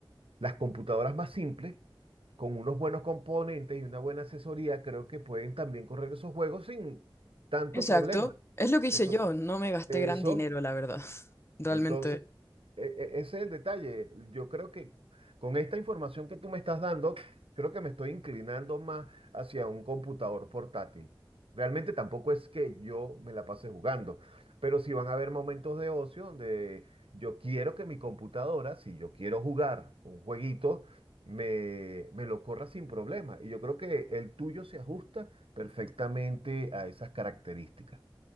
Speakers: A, on the right (about 85°); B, on the left (about 30°).
A: Las computadoras más simples, con unos buenos componentes y una buena asesoría, creo que pueden también correr esos juegos sin tanto
B: Exacto,
A: problema.
B: es lo que hice
A: Entonces,
B: yo, no me gasté
A: eso.
B: gran dinero, la verdad, <laughs> realmente.
A: Entonces, e- e- ese es el detalle. Yo creo que con esta información que tú me estás dando, creo que me estoy inclinando más hacia un computador portátil. Realmente tampoco es que yo me la pase jugando, pero sí van a haber momentos de ocio donde yo quiero que mi computadora, si yo quiero jugar un jueguito, me, me lo corra sin problema. Y yo creo que el tuyo se ajusta perfectamente a esas características.